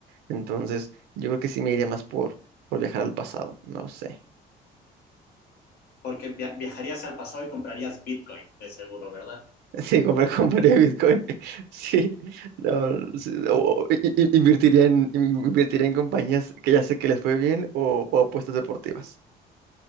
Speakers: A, on the right; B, on the left.
A: Entonces, yo creo que sí me iría más por, por viajar al pasado, no sé.
B: Porque via- viajarías al pasado y comprarías Bitcoin, de seguro, ¿verdad?
A: <laughs> Sí, comprar, compraría Bitcoin. <laughs> Sí, no, sí, o- i- i- invertiría en, invertiría en compañías que ya sé que les fue bien o, o apuestas deportivas.